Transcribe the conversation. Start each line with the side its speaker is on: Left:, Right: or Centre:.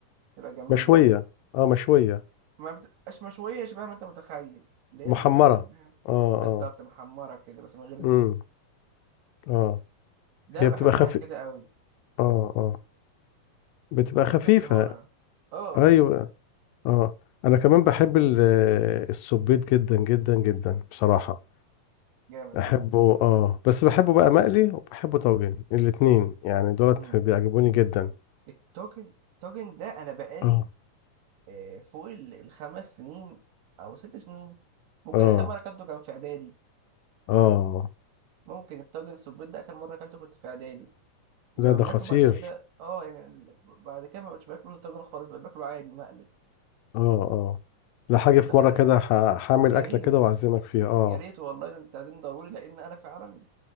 Right: تبقى جميله
Left: مشويه اه مشويه
Right: ما بتبقاش مشوية شبه ما انت متخيل اللي هي
Left: محمره
Right: تبقى كأنها
Left: اه
Right: بالظبط
Left: اه
Right: محمرة كده بس من غير زيت
Left: امم اه
Right: ده
Left: هي
Right: بحبها
Left: بتبقى خفيف
Right: كده قوي
Left: اه اه بتبقى
Right: تفقد
Left: خفيفة
Right: دهونها اه
Left: ايوه اه انا كمان بحب ال- السبيط جدا جدا جدا بصراحة
Right: جامد
Left: احبه
Right: ده
Left: اه بس بحبه بقى مقلي وبحبه طاجن الاتنين يعني دولت
Right: مم.
Left: بيعجبوني جدا
Right: الطاجن الطاجن ده انا بقالي
Left: اه
Right: آه، فوق ال- الخمس سنين او ست سنين ممكن
Left: اه
Right: اخر مرة اكلته كان في اعدادي
Left: اه
Right: ممكن الطاجن السبيط ده اخر مرة اكلته كنت في اعدادي لما
Left: لا ده
Right: بناكله
Left: خطير
Right: بعد كده اه يعني ال- بعد كده ما بقتش باكله طاجن خالص بقيت باكله عادي مقلي
Left: اه اه لا حاجة في
Right: بس
Left: مرة
Right: آه،
Left: كده ه- هعمل
Right: يا
Left: أكلة
Right: ريت
Left: كده وأعزمك فيها اه
Right: يا ريت والله ده انت تعزمني ضروري لان انا فعلا